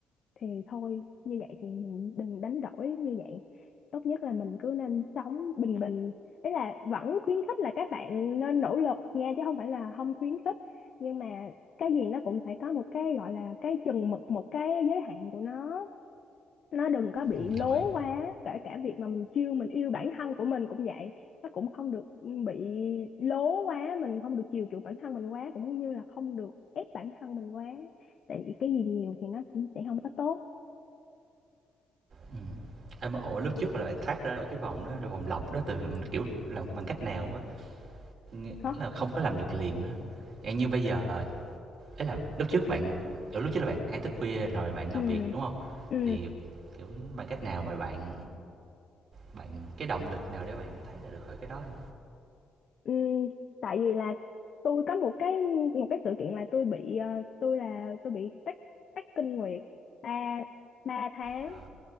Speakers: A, on the left (about 60°); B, on the right (about 60°).
A: thì thôi như vậy thì mình đừng đánh đổi như vậy tốt nhất là mình cứ nên sống bình bình ý là vẫn khuyến khích là các bạn nên nỗ lực nha chứ không phải là không khuyến khích nhưng mà cái gì nó cũng phải có một cái gọi là cái chừng mực một cái giới hạn của nó nó đừng có bị
B: ừ,
A: lố
B: đồng ý
A: quá kể cả việc mà mình chiêu mình yêu bản thân của mình cũng vậy nó cũng không được bị lố quá mình không được chiều chuộng bản thân mình quá cũng như là không được ép bản thân mình quá tại vì cái gì nhiều thì nó cũng sẽ không có tốt
B: ừ. Em ổ lúc trước là bạn thoát ra ở cái vòng đó là vòng lọc đó từ kiểu làm bằng cách nào á nghĩa
A: hả
B: là không có làm được liền á Dạng như bây giờ Ấy là lúc trước bạn kiểu, lúc trước là bạn hay thức khuya rồi bạn
A: ừ
B: làm việc, đúng không?
A: ừ
B: Thì, kiểu, bằng cách nào mà bạn, bạn cái động lực nào để bạn thấy ra được khỏi cái đó ha?
A: ừ tại vì là tôi có một cái một cái sự kiện là tôi bị ờ, tôi là tôi bị tắc tắc kinh nguyệt ba ba tháng
B: Ờ,